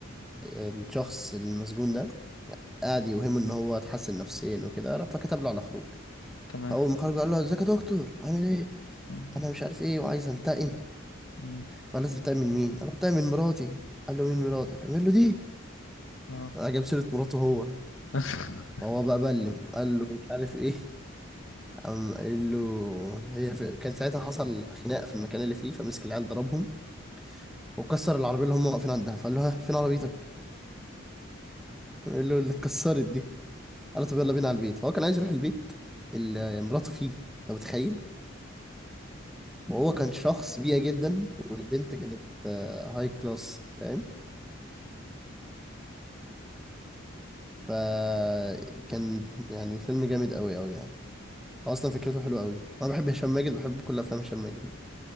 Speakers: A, in the centre; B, on the left.
A: الشخص المسجون ده قعد يوهمه إن هو اتحسن نفسيا وكده فكتب له على خروج
B: تمام
A: فاول ما خرج قال له ازيك يا دكتور عامل ايه
B: اه
A: انا مش عارف ايه وعايز انتقم
B: مم،
A: فقال له تنتقم من مين قال له انتقم من مراتي قال له مين مراتك قال له دي
B: آه.
A: جاب سيره مراته هو
B: <laughs>
A: فهو بقى بلم قال له مش عارف ايه قام قال له هي في... كان ساعتها حصل خناقه في المكان اللي فيه فمسك العيال ضربهم وكسر العربيه اللي هم واقفين عندها فقال له ها فين عربيتك قال له اللي اتكسرت دي قال له طب يلا بينا على البيت فهو كان عايز يروح البيت اللي مراته فيه لو متخيل وهو كان شخص بيئة جدا والبنت كانت آه، هاي كلاس فاهم فكان يعني فيلم جامد قوي قوي يعني هو اصلا فكرته حلوه قوي انا بحب هشام ماجد بحب كل افلام هشام ماجد